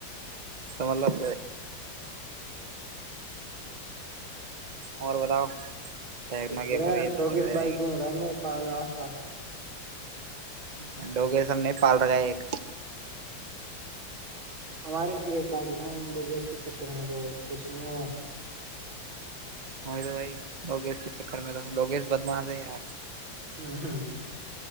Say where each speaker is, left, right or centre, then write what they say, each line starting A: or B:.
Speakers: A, on the right; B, on the right.
A: تو مطلب اور بتاؤ ٹیکنا
B: سب بڑھیا
A: گیمر یہ تو
B: ڈوگی
A: چلتے
B: سے بھائی
A: رہیں
B: گھوم رہا ہے میرے پاس آس پاس تو
A: ہ لوگے سب نے پال رکھا ایک
B: ہمارے ایک بات ہ لوگیس کے چکر میں تو کچھ نہیں ہوا
A: وہی تو بائی لوگیش کے چکر میں تو لوگیش بدماس ہے یار
B: ہاں ہاں ہ